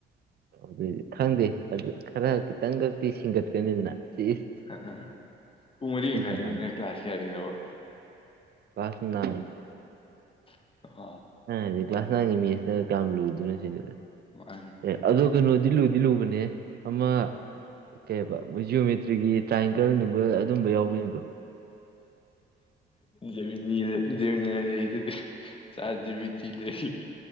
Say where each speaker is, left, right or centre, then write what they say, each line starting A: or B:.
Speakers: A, on the right; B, on the left.
A: <unintelligible> ꯈꯪꯗꯦ ꯑꯗꯨ ꯈꯔ ꯈꯤꯇꯪ ꯈꯛꯇꯤ ꯁꯤꯡꯒꯠꯀꯅꯤꯗꯅ ꯁꯤ ꯏꯁ
B: ꯑꯥ ꯑꯥ ꯑꯥ ꯄꯨꯡ ꯃꯔꯤꯃꯈꯥꯏꯗꯨꯅ
A: ꯑꯗꯨꯒꯤ ꯋꯥꯅꯤ
B: ꯀ꯭ꯂꯥꯁ ꯀꯌꯥꯒꯤꯅꯣꯕ
A: ꯀ꯭ꯂꯥꯁ ꯅꯥꯏꯟ
B: <unintelligible>
A: ꯑꯩꯅ ꯍꯥꯏꯗꯤ ꯀ꯭ꯂꯥꯁ ꯅꯥꯏꯟꯒꯤ ꯃꯦꯠꯁꯇ ꯀꯌꯥꯝ ꯂꯨꯗꯨꯅꯣ ꯁꯤꯅꯤꯗ
B: ꯋꯥꯏꯍꯦ
A: ꯑꯦ ꯑꯗꯣ ꯀꯩꯅꯣꯗꯤ ꯂꯨꯗꯤ ꯂꯨꯕꯅꯦꯍꯦ ꯑꯃ ꯀꯩ ꯍꯥꯏꯕ ꯃꯣꯏ ꯖꯤꯑꯣꯃꯦꯇ꯭ꯔꯤꯒꯤ ꯇ꯭ꯔꯥꯏꯒꯜ ꯅꯨꯡꯒꯜ ꯑꯗꯨꯝꯕ ꯌꯥꯎꯕꯖꯤꯡꯗꯣ
B: ꯖꯦꯃꯤꯅꯤ ꯖꯦꯃꯤꯅꯥꯏ ꯂꯩꯔꯤꯗꯨꯗꯤ ꯆꯥꯠ ꯖꯤ ꯄꯤ ꯇꯤ ꯂꯩ